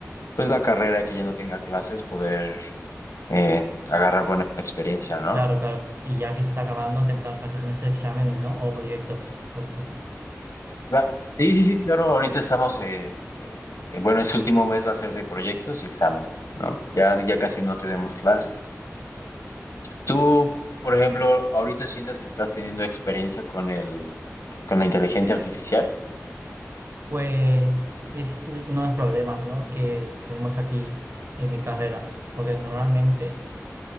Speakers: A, on the left; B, on the right.
A: pues la carrera y que ya no tenga clases, poder eh, agarrar buena experiencia, ¿no?
B: Claro, claro. Y ya que se está acabando, tendrás bastantes exámenes, ¿no? O proyectos. Ok.
A: Cla- Sí, sí, sí, claro, ahorita estamos, eh, eh, eh, bueno, este último mes va a ser de proyectos y exámenes, ¿no? Ya, ya casi no tenemos clases. Tú, por ejemplo, ahorita sientes que estás teniendo experiencia con el, con la inteligencia artificial.
B: Pues ese es uno de los problemas, ¿no? Que tenemos aquí en mi carrera. Porque normalmente